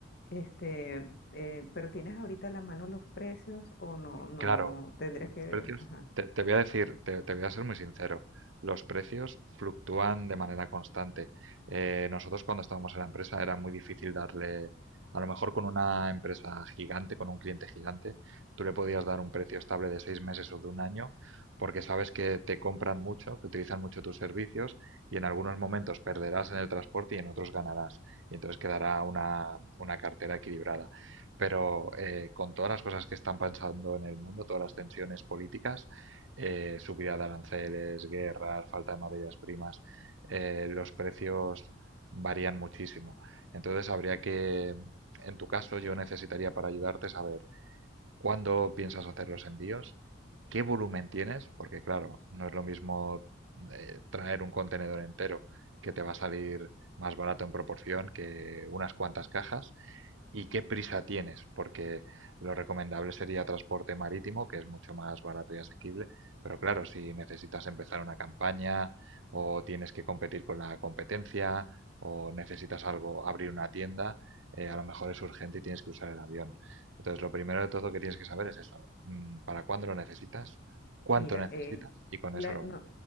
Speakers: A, on the left (about 55°); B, on the right (about 80°).
A: Este, eh, pero ¿tienes ahorita a la mano los precios o no, no
B: Claro,
A: tendrías
B: los
A: que,
B: precios,
A: ajá.
B: te, te voy a decir, te, te voy a ser muy sincero, los precios fluctúan de manera constante. Eh, nosotros cuando estábamos en la empresa era muy difícil darle, a lo mejor con una empresa gigante, con un cliente gigante, tú le podías dar un precio estable de seis meses o de un año, porque sabes que te compran mucho, que utilizan mucho tus servicios y en algunos momentos perderás en el transporte y en otros ganarás. Y entonces quedará una, una cartera equilibrada pero eh, con todas las cosas que están pasando en el mundo, todas las tensiones políticas, eh, subida de aranceles, guerras, falta de materias primas, eh, los precios varían muchísimo. Entonces habría que, en tu caso, yo necesitaría para ayudarte saber cuándo piensas hacer los envíos, qué volumen tienes, porque claro, no es lo mismo eh, traer un contenedor entero que te va a salir más barato en proporción que unas cuantas cajas y qué prisa tienes, porque lo recomendable sería transporte marítimo, que es mucho más barato y asequible, pero claro, si necesitas empezar una campaña o tienes que competir con la competencia o necesitas algo, abrir una tienda, eh, a lo mejor es urgente y tienes que usar el avión. Entonces, lo primero de todo que tienes que saber es eso, mm, para cuándo lo necesitas, cuánto
A: Mira,
B: necesitas
A: eh,
B: y con
A: la-
B: eso lo...
A: no,